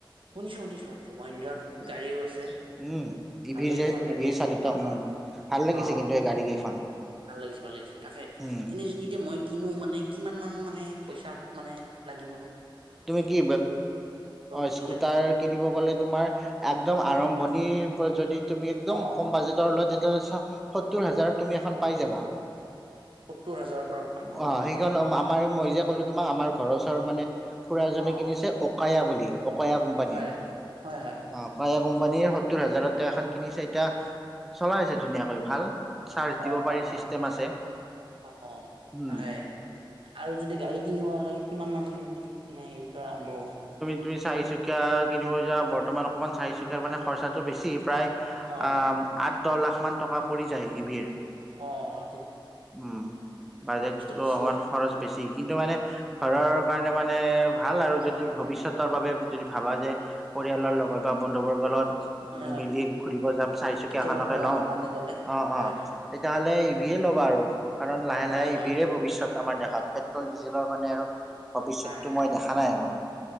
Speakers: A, on the right; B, in the centre.
A: শুনিছোঁ, শুনিছোঁ, শুনিছোঁ মহিন্দ্ৰ গাড়িও আছে।
B: উম ই
A: ভালে
B: ভিৰ যে,
A: কেইখন
B: ই
A: গাড়ী
B: ভিৰ
A: আছে
B: চালিত,
A: ভাল
B: উম
A: ভাল
B: ভাল লাগিছে
A: অ
B: কিন্তু এই গাড়ী কেইখন।
A: ভাল লাগিছে, ভাল লাগিছে, তাকে
B: উম
A: এনেই যদি এতিয়া মই কিনো, মানে কিমান মান? মানে, পইচা মানে, লাগিব ন?
B: তুমি কি, অ
A: ললে
B: স্কুটাৰ কিনিব গ'লে তোমাৰ একদম আৰম্ভণিৰ পৰা যদি তুমি একদম
A: অ
B: কম বাজেটৰ সত্তৰ হাজাৰত তুমি এখন পাই যাবা।
A: সত্তৰ হাজাৰৰ পৰা আৰম্ভ
B: অ
A: হয় ন?
B: সেইখন আমাৰ মই যে ক'লো তোমাৰ, আমাৰ ঘৰৰ ওচৰত মানে? খুৰা এজনে
A: অ
B: কিনিছে, অকায়া বুলি, অকায়া কোম্পানীৰ।
A: পকা হয় হয়
B: অকায়া কোম্প পানীয়ে সত্তৰ হাজাৰৰ এখন কিনিছে এতিয়া, চলাই আছে ধুনীয়াকৈ ভাল। চাৰ্জ দিব
A: অ ভাল‌
B: পাৰি
A: ভাল
B: চিষ্টেম আছে
A: অ
B: উম
A: তাকে, আৰু যদি গাড়ী কিনিব হ'লে। কিমান মান? মানে হেৰি পৰা আৰম্ভ হ'ব?
B: দুই চাৰিচুকীয়া কিনিব যোৱা, বৰ্তমান অকণমান চাৰিচুকীয়াৰ মানে খৰচাটো বেছি প্ৰায়
A: অ
B: আঁ, আঁ দহ লাখমান টকা পৰি যায় ইভিৰ।
A: অঁ।
B: উম বাজেটটো
A: বেছি
B: অকমান
A: হয়
B: খৰচ বেছি, কিন্তু মানে ঘৰৰ কাৰণে মানে ভাল আৰু
A: অ
B: যদি
A: হয়
B: ভৱিষ্যতৰ বাবে যদি- ভাবা যে পৰিয়ালৰ লগত বা বন্ধু বৰ্গৰ লগত
A: হয়
B: মিলি ঘুৰিব যাম চাৰি চুকীয়া
A: কেতিয়াবা
B: এখনকে
A: ভ্ৰমণৰ
B: লওঁ
A: কাৰণে গ'লে
B: অ
A: হয়
B: অ
A: হয়
B: তেতিয়াহ'লে- বিয়ে লগ কোৱা আৰু কাৰণ লাহে
A: হয়
B: লাহে
A: হয়
B: ইবিৰে ভৱিষ্যত। আমাৰ দেশত পেট্ৰল ডিজেলৰ মানে আৰু। ভৱিষ্যতটো
A: হয় হয়
B: মই
A: হয়
B: দেখা নাই আৰু মানে